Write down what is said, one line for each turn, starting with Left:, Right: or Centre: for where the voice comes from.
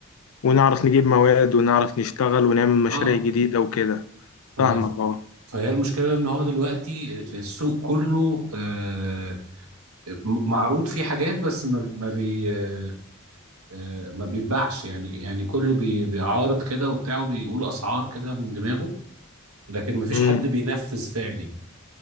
Left: ونعرف نجيب مواد ونعرف نشتغل ونعمل مشاريع
Right: اه
Left: جديده وكده
Right: ف...
Left: فاهمك
Right: ف...
Left: اه
Right: فهي المشكله ان هو دلوقتي السوق كله آه م- معروض فيه حاجات بس ما ما بي آه آه، ما بيتباعش يعني يعني كله بي... بيعارض كده وبتاع وبيقول اسعار كده من دماغه لكن ما فيش
Left: امم
Right: حد بينفذ فعلي